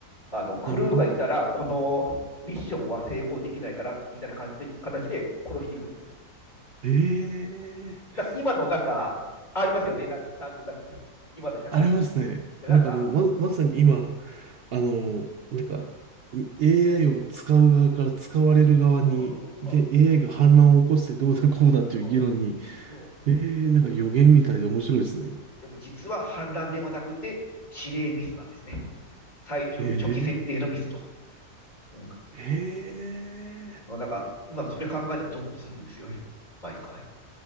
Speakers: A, on the left; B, on the right.
A: あの、クルーがいたら、
B: なるほど。
A: このミッションは成功できないから、みたいな感じで、形で殺していくんですよ。
B: ええ
A: なんか今のなんか、ありますよね。なんか、なんとなく、今の社会。
B: ありますね。
A: いや、
B: なんかもうま、
A: なんか、
B: まさに今、あの、なんか AI を使う側から使われる側に、
A: そうそうそうそう、
B: で、
A: はい。
B: AI が反乱を起こしてどうだこうだっていう議論に、
A: そうそう
B: ええなんか予言みたいで面白いですね。
A: でも実は反乱ではなくて、指令ミスなんですね。最初の初期設定のミスと。
B: ええ
A: うん。
B: え
A: なんか、今それ考えたらゾッとするんですよね。毎回。